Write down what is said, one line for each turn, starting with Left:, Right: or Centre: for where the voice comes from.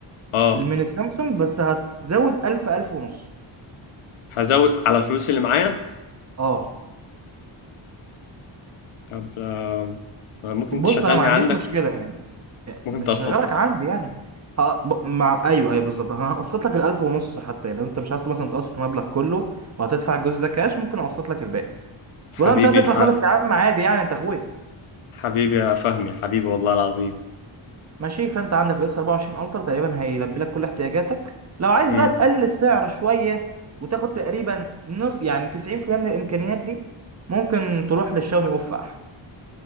Left: اه
Right: من السامسونج بس هتزود 1000 1000 ونص
Left: هزود على الفلوس اللي معايا
Right: اه
Left: طب آه، ممكن
Right: بص
Left: تشغلني
Right: انا ما عنديش
Left: عندك
Right: مشكله يعني
Left: ممكن
Right: مش
Left: تقسط
Right: هشغلك
Left: لي
Right: عندي يعني ه... ب- مع ايوه ايوه بالظبط انا هقسط لك الألف ونص حتى لو انت مش عايز مثلا تقسط المبلغ كله وهتدفع الجزء ده كاش ممكن اقسط لك الباقي
Left: حبيبي
Right: ولا مش عايز تدفع
Left: ح...
Right: خالص يا عم عادي يعني انت اخويا
Left: حبيبي يا فهمي حبيبي والله العظيم
Right: ماشي فانت عندك الاس 24 الترا تقريبا هيلبي لك كل احتياجاتك لو عايز
Left: مم.
Right: بقى تقلل السعر شويه وتاخد تقريبا نص يعني 90% من الامكانيات دي ممكن تروح للشاومي اوفح